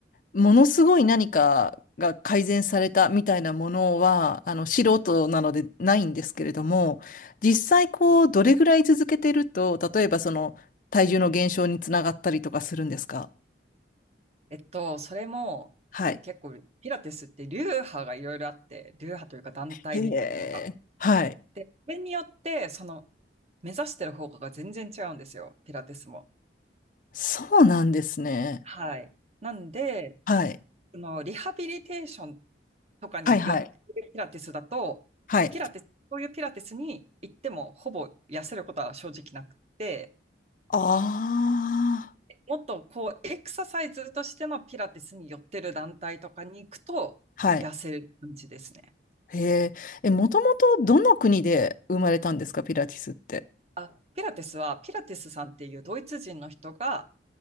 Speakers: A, on the left; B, on the right.
A: ものすごい何かが改善されたみたいなものは、あの、素人なのでないんですけれども、実際こう、どれぐらい続けてると、例えばその、体重の減少につながったりとかするんですか
B: えっと、それも結構、
A: はい。
B: ピラティスって流派がいろいろあって、流派というか団体みたいなのが。
A: へえ。はい。
B: で、それによって、その目指してる方向が全然違うんですよ、ピラティスも。
A: そうなんですね。
B: はい。なんで、
A: はい。
B: そのリハビリテーションとかに寄ってるピラティスだと、
A: はい、はい。はい。
B: ピラティス、そういうピラティスに行ってもほぼ痩せることは正直なくて、
A: ああ。
B: もっとこうエクササイズとしてのピラティスに寄ってる団体とかに行くと痩せる感じですね。
A: はい。へえ。え、もともとどの国で生まれたんですかピラティスって。
B: あ、ピラティスはピラティスさんっていうドイツ人の人が